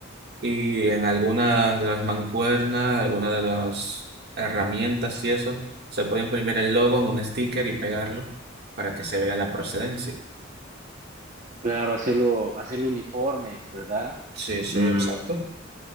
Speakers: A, on the right; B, on the right.
A: Y en algunas de las mancuernas, algunas de las herramientas y eso, se puede imprimir el logo en un sticker y pegarlo para que se vea la procedencia.
B: claro, hacerlo, hacerlo uniformes, ¿verdad?
A: Sí, sí,
B: Mm,
A: exacto.